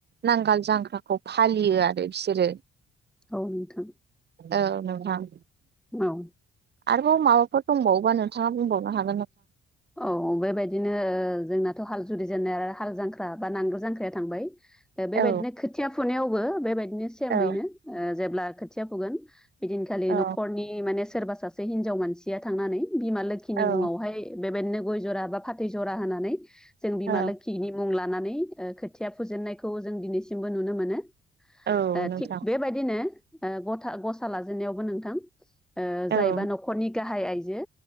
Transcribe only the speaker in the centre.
औ नोंथां
औ
औ बेबायदिनो जोंनाथ' हाल जुरि जेननाय आरो हाल जांख्रा बा नांगोल जांख्राया थांबाय बेबायदिनो
खोथिया फुनायावबो बेबायदिनो सेमैनो
जेब्ला खोथिया फुगोन बिदिनखालि
न'खरनि माने सोरबा सासे हिनजाव मानसिया थांनानै बिमा लोखिनि
मुङाव बेबायदिनो गय जरा बा, फाथै जरा होनानै जों बिमा
लोखिनि मुं लानानै ओ खोथिया फुजेननायखौ जों दिनैसिमबो नुनो मोनो। ओ
थिग बेबायदिनो ओ गथा गसा लाजेननायावबो नोंथां ओ
जायबा न'खरनि गाहाय आइजो